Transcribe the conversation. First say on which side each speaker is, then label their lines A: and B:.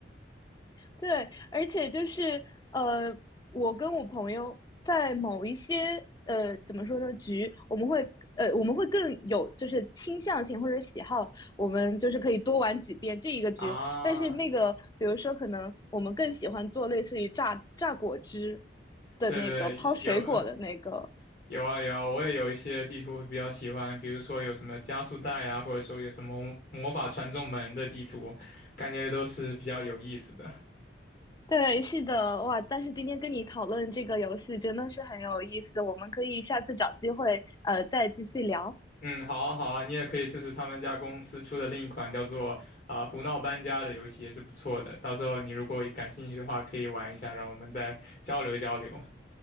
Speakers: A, on the left (about 20°); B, on the left (about 45°).
A: 对，而且就是呃，我跟我朋友在某一些呃怎么说呢局，我们会呃我们会更有就是倾向性或者喜好，我们就是可以多玩几遍这一个局。
B: 啊。
A: 但是那个比如说可能我们更喜欢做类似于榨榨果汁的那个抛水果的那个。
B: 对对，有有啊有啊，我也有一些地图会比较喜欢，比如说有什么加速带啊，或者说有什么魔法传送门的地图，感觉都是比较有意思的。
A: 对，是的，哇！但是今天跟你讨论这个游戏真的是很有意思，我们可以下次找机会呃再继续聊。
B: 嗯，好啊好啊，你也可以试试他们家公司出的另一款叫做啊、胡闹搬家的游戏，也是不错的。到时候你如果感兴趣的话，可以玩一下，让我们再交流交流。